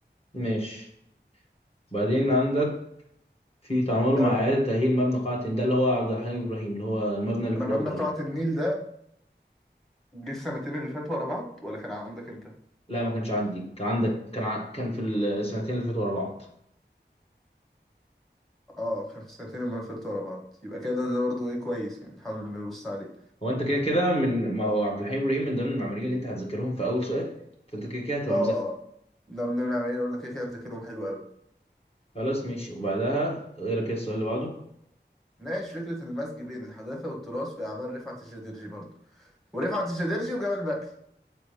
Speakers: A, on the left; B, in the centre.
A: ماشي بعدين عندك في تعامله
B: انا
A: مع اعاده تاهيل مبنى قاعة هند، ده اللي هو عبد الحليم ابراهيم اللي هو المبنى اللي في
B: انا مبنى
A: الاوبرا
B: قاعة
A: ده
B: النيل ده جه السنتين اللي فاتوا ورا بعض ولا كان عندك انت؟
A: لا ما كانش عندي كان عندك كان ع- كان في السنتين اللي فاتوا ورا بعض
B: اه كان في السنتين اللي فاتوا ورا بعض يبقى كده ده برضو ايه كويس يعني نحاول نبص عليه
A: هو انت كده كده من ما هو عبد الحليم ابراهيم من ضمن المعماريين اللي انت هتذاكرهم في اول سؤال فانت كده كده هتبقى
B: اه
A: مذاكره
B: اه ده بنعمل ايه قلنا كده كده مذاكرهم حلو قوي
A: خلاص ماشي وبعدها ايه رأيك السؤال اللي بعده
B: ناقش فكرة المزج بين الحداثة والتراث في أعمال رفعت الشادرجي برضه ورفعت الشادرجي وجمال بكر